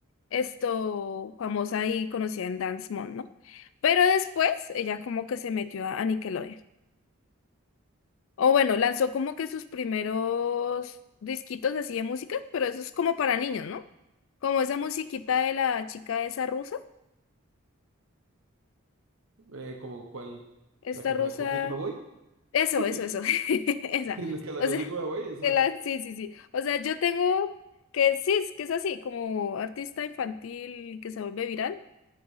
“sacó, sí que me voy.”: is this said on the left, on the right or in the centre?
Right